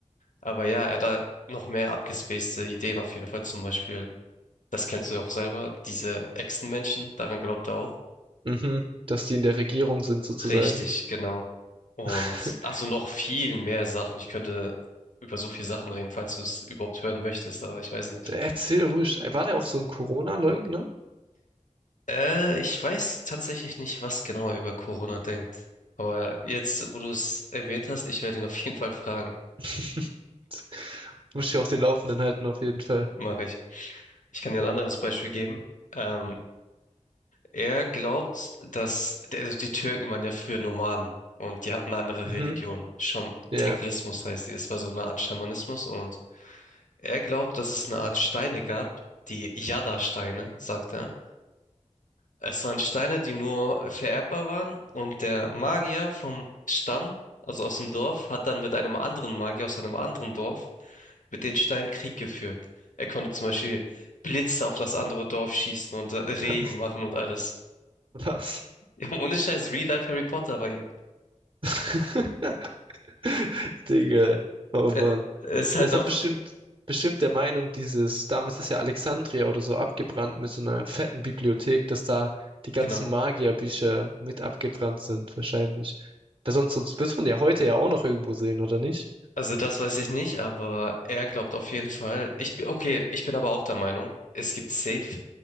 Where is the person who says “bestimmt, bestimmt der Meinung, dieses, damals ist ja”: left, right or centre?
Right